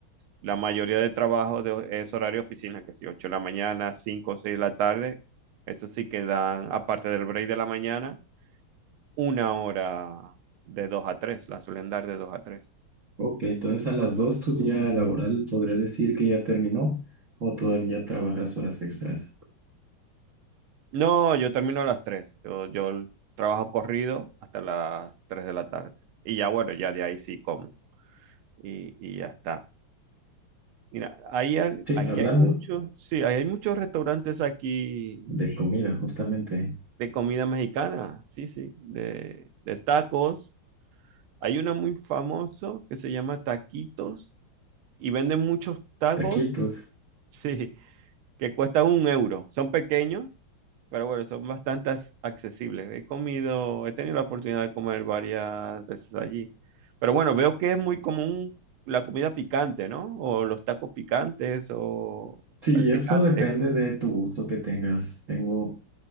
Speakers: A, on the right; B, on the right.
A: la mayoría de trabajo de- es horario oficina, que si 8 de la mañana, 5 o 6 de la tarde, eso sí que dan, aparte del break de la mañana, una hora de 2 a 3 la suelen dar de dos a tres
B: Ok, entonces a las dos tu día laboral podrías decir que ya terminó o todavía trabajas horas extras.
A: No, yo termino a las tres yo, yo trabajo corrido hasta las 3 de la tarde y ya bueno, ya de ahí sí como y, y ya está. Mira, hay, al-
B: Sí,
A: aquí
B: hablando
A: hay muchos, sí, ahí hay muchos restaurantes aquí
B: de comida, justamente,
A: de comida mexicana, sí, sí, de, de tacos. Hay uno muy famoso que se llama Taquitos y venden muchos tacos,
B: taquitos.
A: <laughs> sí, que cuestan un euro. Son pequeños, pero bueno, son bastante as- accesibles. He comido, he tenido la oportunidad de comer varias veces allí. Pero bueno, veo que es muy común la comida picante, ¿no? O los tacos picantes o
B: Sí,
A: el picante.
B: eso depende de tu gusto que tengas. Tengo